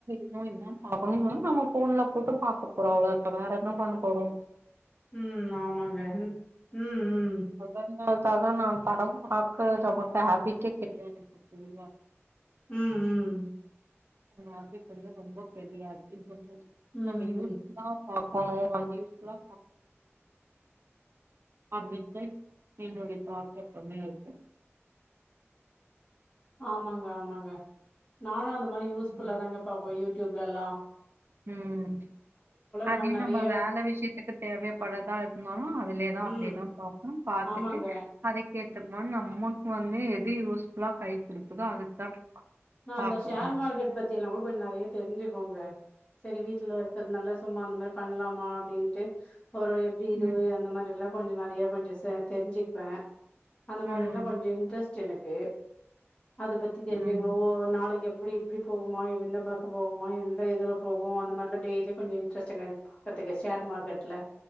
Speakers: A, on the right; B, on the left.
A: ம் பாக்கணு சொன்னா நம்ம போன்ல போட்டு பாக்க போறோ அவ்வளோத வேற என்ன பண்ண போறோ
B: ம் ஆமங்க ம் ம்
A: க்காக நா படம் பாக்கறது நமக்கு ஹேபிட்டே கெடையாது தெரி
B: ம் ம்
A: அதுக் <inaudible> ரொம்ப கடியாதுப்போ
B: ம் ம்
A: நம்ம யூஸ்
B: ம்
A: தா பா போனு அத யூஸ்ஃபுல்லா <inaudible> என்னுடைய தாழ்தப்பமே யிருக்கு
B: ஆம்மாங்க ஆம்மாங்க நானு அந்த மாரி யூஸ்ஃபுல்லா
A: ம்
B: தாங்க பாபோ யூ யூடிப்லலா
A: ம் அதையு
B: நா நெறைய
A: நம்ம வேல விஷயத்துக்கு தேவைப்படதா யிருந்தாலு அதுலயே தா
B: ம்
A: அப்பியதாபாப்போ பாத்துட்டு
B: ஆமாங்க
A: அதுகேட் த்தமா நம்மக்கு வந்து எது யூஸ்ஃபுலா கை கொடுகுதோ அதுக்குதா
B: நா
A: பாக்கணு
B: அந்த ஷேர் மார்க்கெட் பத்தி யில்லா கூ போய் நறய தெரிஞ்சிகோங்க செரி வீட்டுல இருகது நல்ல சும்மா அந்த மாதிரி பண்ணலாமா அப்டின்ட்டு ஒரு எப்டி இதுவு
A: ம்
B: அந்த மாரி எல்லா கொஞ்சோ நிறைய கொஞ்சோ ச தெரிஞ்சுப்பே அந்த
A: ம்
B: மாதிரி எல்லா கொஞ்சம் இன்ட்ரஸ்ட் ச்சு எனக்கு அது பத்தி
A: ம்
B: தெரிஞ்சுங் நாளைக்கு எப்டி இப்டி போகுமோ எ இந்த பக்க போகுமோ எந்த இதுல போகு அந்த மாதிரி எல்லா டெய்லியு கொஞ்சம் இன்ட்ரஸ்ட்ங்க எனக்கு பாக்கிறதுக்கு ஷேர் மார்க்கெட்ல